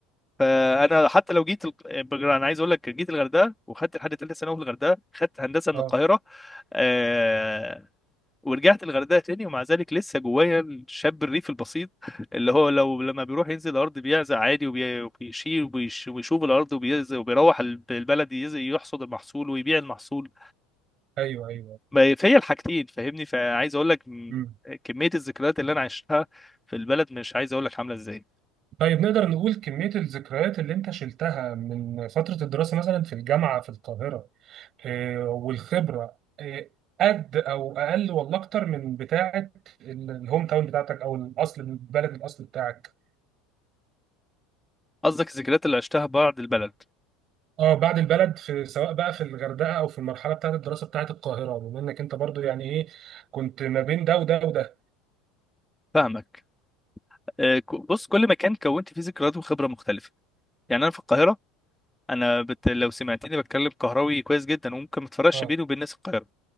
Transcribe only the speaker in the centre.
فانا حتى لو جيت ال... بجر- انا عايز اقول لك جيت الغردقه وخدت لحد ثالثه ثانوي في الغردقه خدت هندسه من
القاهره آه... ورجعت الغردقه تاني ومع ذلك لسه جوايا الشاب الريف البسيط اللي هو لو لما بيروح ينزل الارض بيعزق عادي وبي- وبيشيل وبيش... ويشوف الارض وبيز... وبيروح الب- البلد يز... يحصد المحصول ويبيع المحصول
ما- فيا الحاجتين فاهمني فعايز اقول لك م-
كميه الذكريات اللي انا عشتها في البلد مش عايز اقول لك عامله ازاي
قصدك الذكريات اللي عشتها بعد البلد
فاهمك آه، ك- بص كل مكان كونت فيه ذكريات وخبره مختلفه يعني انا في القاهره انا بت... لو سمعتني بتكلم قهراوي كويس جدا وممكن ما تفرقش
بيني وبين ناس القاهره